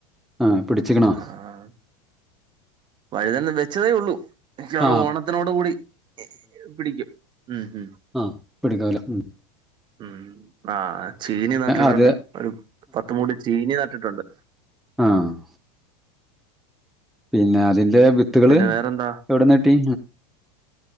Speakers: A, in the centre; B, on the right.
A: ആ പിടിച്ചിക്കണോ
B: ആഹാ... ! വഴുതന വെച്ചതേ ഉള്ളൂ. മിക്കവാറും
A: ആ
B: ഓണത്തിനോട് കൂടി പിടിക്കും, ഉം... !
A: ആഹാ പിടികോലോ ആഹാ.. !
B: ഉം ആഹാ ചീനി നട്ടിട്ടുണ്ട്,
A: അത്
B: ഒരു പത്തുമൂടി ചീനി നട്ടിട്ടുണ്ട്.
A: ആഹാ... ! പിന്നെ അതിന്റെ വിത്തുകള്
B: പിന്നെ വേറെന്താ
A: എവിടെ ന്ന്കിട്ടി?